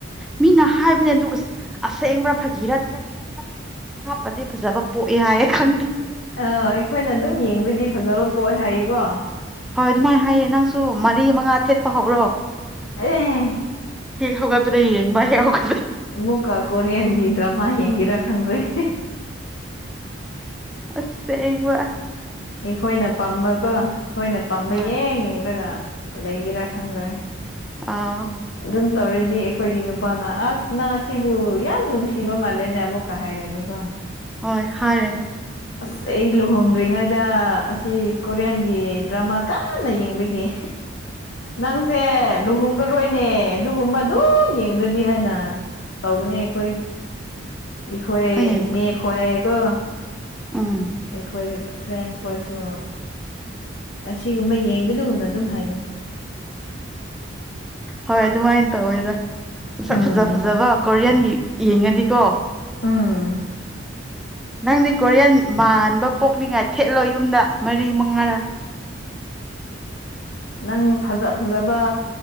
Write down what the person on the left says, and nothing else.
ꯑꯥ ꯑꯩꯈꯣꯏꯅ ꯑꯗꯨꯝ ꯌꯦꯡꯔꯗꯤ ꯐꯖꯕ ꯄꯣꯛꯑꯦ ꯍꯥꯏꯌꯦꯀꯣ
ꯑꯩꯌꯦ
ꯑꯝꯃꯨꯀ ꯀꯣꯔꯤꯌꯥꯟꯒꯤ ꯗ꯭ꯔꯃ ꯌꯦꯒꯦꯔꯥ ꯈꯪꯗꯔꯦ
ꯑꯩꯈꯣꯏꯅ ꯄꯥꯝꯕꯀꯣ ꯑꯩꯈꯣꯏꯅ ꯄꯥꯝꯕ
ꯌꯦꯡ ꯌꯦꯡꯔꯒ ꯂꯩꯩꯒꯦꯔ ꯈꯪꯗ꯭ꯔꯦ
ꯗꯨꯝ ꯇꯧꯔꯗꯤ ꯑꯩꯈꯣꯏꯒꯤ ꯅꯨꯄꯥꯅ ꯑꯁ ꯅꯪ ꯑꯁꯤꯕꯨ ꯌꯥꯝ ꯅꯨꯡꯁꯤꯕ ꯃꯥꯜꯂꯦꯅꯦ ꯑꯃꯨꯛꯀ ꯍꯥꯏꯔꯅꯤꯀꯣ
ꯑꯁ ꯑꯩ ꯂꯨꯍꯣꯡꯗꯔ꯭ꯤ ꯉꯥꯏꯗ ꯑꯁꯤ ꯀꯣꯔꯤꯌꯟꯒꯤ ꯗ꯭ꯔꯃꯥ ꯀꯟꯅ ꯌꯦꯡꯕꯒꯤ ꯅꯪꯁꯦ ꯂꯨꯍꯣꯡꯗꯨꯔꯣꯏ ꯅꯦ ꯑꯗꯨꯒꯨꯝꯕ ꯑꯗꯨꯝ ꯌꯦꯡꯗ꯭ꯔꯗꯤ ꯍꯥꯏꯅ ꯇꯧꯕꯅꯦ ꯑꯩꯈꯣꯏ ꯏꯈꯣꯏ
ꯏꯅꯦ ꯈꯣꯏꯌꯦꯀꯣ
ꯑꯩꯈꯣꯏ ꯐ꯭ꯔꯦꯟ ꯈꯣꯏꯁꯨ ꯑꯁꯤꯒꯨꯝꯕ ꯌꯦꯡꯒꯅꯨꯅꯉ ꯑꯗꯨꯝ ꯍꯥꯏꯕꯅꯤ <inaudible>
ꯎꯝ
ꯎꯝ
ꯅꯪ ꯐꯖ ꯐꯖꯕ ꯕꯥ